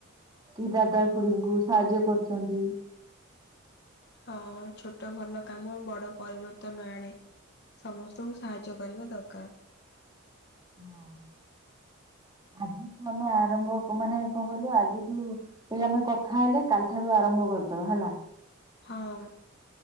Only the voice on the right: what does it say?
କି ଦାଦା ଖୁଡିଙ୍କୁ ସାହାଯ୍ୟ କରୁଚନ୍ତି
ହଁ। ଆଜିଠୁ ଆମେ ଆରମ୍ଭ କ ମାନେ କଣ କହିଲୁ ଆଜିଠୁ ଏଇ ଆମେ କଥା ହେଲେ କାଲିଠାରୁ ଆରମ୍ଭ କରିଦବା ହେଲା।